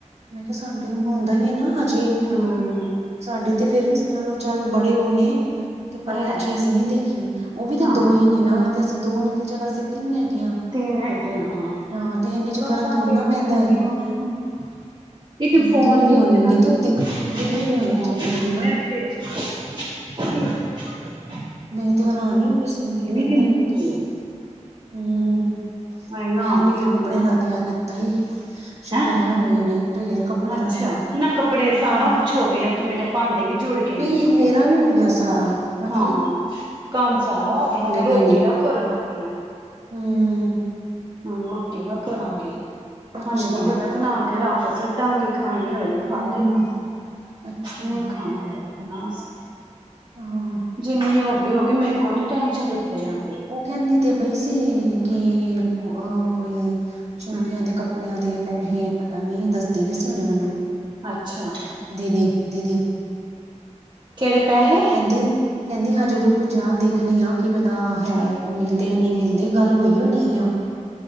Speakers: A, on the right; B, on the right.
A: ਮੈਂ ਕਿਹਾ ਸਾਡੇ ਹੁੰਦਾ ਹੀ ਹੈ ਨਾ ਹਜੇ-
B: ਹਮ
A: ਸਾਡੇ ਤੇ ਫੇਰ ਵੀ ਸੁਨਾ ਲਓ ਚਲ ਬੜੇ ਉਹ ਨੇ- ਤੇ ਪਰ
B: ਪਤਾ
A: ਇਹ
B: ਹੈ।
A: ਚੀਜ ਨਹੀ ਦੇਖੀ ਉਹ ਵੀ ਤੇ
B: ਹਾਂ
A: ਦੋ ਈ ਨੇ ਨਾ ਤੇ ਅਸੀ ਦੋ ਨੀ ਤੇ ਚਲ ਅਸੀ ਤਿੰਨ ਹੈਗੇ ਹਾਂ-
B: ਤਿੰਨ ਹੈਗੇ ਆਂ ਵਾਂ
A: ਹਾਂ ਤੇ ਇੰਨੇ ਚ
B: ਬਸ
A: ਫ਼ਰਕ
B: ਸਬਦੀ
A: ਥੋੜ੍ਹਾ ਨਾ
B: ਅਪਨੀ-
A: ਪੈਂਦਾ
B: ਅਪਨੀ
A: ਹੈ
B: ਉਹ ਏਨਾ- ਇਕ
A: ਨਹੀਂ ਤਾਂ
B: ਫੋਨ-
A: ਦਿਲ ਵੀ
B: ਫੋਨ
A: ਹੋਣੀ
B: ਚਲਾ
A: ਨਹੀਂ
B: ਚਦਾ
A: ਤੂੰ
B: ਹੇ
A: ਦਿਲ ਵੀ ਹੋਣੇ ਚਾਹੀਦੇ ਨੇ ਨਾ
B: ਏ ਤੇ ਹੈ- <unintelligible> ਹ <unintelligible> <unintelligible>
A: ਮੈ ਤੇ ਹੈਰਾਨ ਈ ਹੋਗੀ ਸੁਨ ਕੇ ਗੱਲਾਂ
B: ਕਿੰਨੀ
A: ਹੀ
B: ਹੋ ਰਹੀ
A: ਹੂੰ -
B: ਹਾਏ ਨਹਾ
A: ਮੈ ਢੇਰ
B: ਕੇ ਆਈ
A: ਕੱਪੜੇ
B: ਆ
A: ਦਾ ਤੈਆ ਕੀਤਾ ਈ- ਸ਼ੁਕਰ
B: ਹੈਂ
A: ਹੈ ਹੋਏ ਨੇ ਢੇਰ ਕਪੜਿਆਂ
B: ਅੱਛਾ
A: ਦਾ ਤੈਅ-
B: ਨਾ ਕੱਪੜੇ ਸਾਰਾ ਕੁਛ ਹੋ ਗਏ ਤੇ ਮੇਰੇ ਭਾਂਡੇ ਵੀ ਜੁੜ ਗਏ
A: ਨਹੀ
B: ਨੇ ਸਗੋਂ
A: ਮੇਰਾ ਵੀ ਹੋ ਗਿਆ ਸਾਰਾ ਮੈ-
B: ਹਾਂ ਕੰਮ ਸਾਰਾ ਹੋ ਗਿਆ ਮੈ ਰੋਟੀ
A: ਗਏ ਨੇ
B: ਦਾ ਕਰਨ ਲੱਗੀ ਆ-
A: ਹੂੰ -
B: ਹੁਨ ਰੋਟੀ ਦਾ ਕਰਾਂਗੇ
A: ਅੱਛਾ
B: ਹੁਣੇ ਦੀ ਬਣਾਕੇ ਰਖ ਸਡਾਂਗੇ ਖਾਣੀ ਹੋਏ- ਖਾ
A: ਹੂੰ
B: ਲੇਗਾ
A: ਅੱਛਾ
B: ਨਹੀ ਖਾਨੀ ਹੋਏਗੀ ਤੇ ਨਾ ਸਹੀ-
A: ਹਾਂ
B: ਜਿਨੀ ਹੋ ਗਈ ਹੋ ਗਈ ਮੇਰੇ ਕੋ ਨੀ ਟੈਨਸ਼ਨ ਲਿਤੀ ਜਾ-
A: ਉਹ ਕਹਿੰਦੀ ਤੇ ਪਈ ਸੀ ਕਿ ਅਹ ਕੋਈ- ਛੋਟੀਆਂ
B: ਹੂੰ
A: ਦੇ ਕੱਪੜਿਆਂ ਦੇ ਪੈਹੇ ਪਤਾ ਨਹੀ ਦਸਦੀ ਵੀ ਸੀ ਹੁਨੇ ਮੈਨੂੰ-
B: ਅੱਛਾ-
A: ਦੀਦੀ -ਦੀਦੀ-
B: ਕੇਹੜੇ ਪੈਹੇ-
A: ਕਹਿੰਦੀ- ਕਹਿੰਦੀ ਹਜੇ ਰੁੱਕ ਜਾ ਦੇਖਨੀ ਆ ਕਿ ਪਤਾ- ਹੈ ਮਿਲਦੇ ਨਹੀ ਮਿਲਦੇ ਗੱਲ ਹੋਈ ਹੋਨੀ ਆ